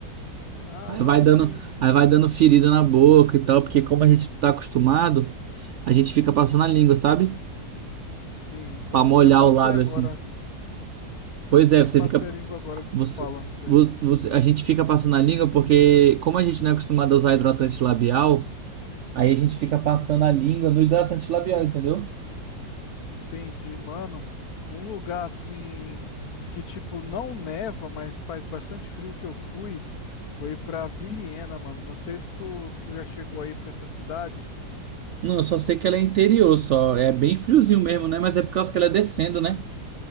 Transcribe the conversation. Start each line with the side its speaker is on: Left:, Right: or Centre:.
Left: Caramba,
Right: Aí vai dando,
Left: que.
Right: aí vai dando ferida na boca e tal, porque como a gente não tá acostumado, a gente fica passando a língua, sabe?
Left: Sim,
Right: Pra
Left: eu
Right: molhar
Left: até passei
Right: o lábio
Left: agora.
Right: assim. Pois é,
Left: Até
Right: você
Left: passei
Right: fica.
Left: a língua agora de
Right: Você,
Left: tu falando isso
Right: você-
Left: aí.
Right: você- a gente fica passando a língua porque, como a gente não é acostumado a usar hidratante labial, aí a gente fica
Left: Uhum.
Right: passando a língua no hidratante labial, entendeu?
Left: Entendi, mano. Um lugar assim que tipo não neva, mas faz bastante frio que eu fui, foi pra Vilhena, mano. Não sei se tu, tu já chegou aí pra essa cidade.
Right: Não, eu só sei que ela é interior, só. É bem friozinho mesmo, né? Mas é por causa que ela é descendo, né?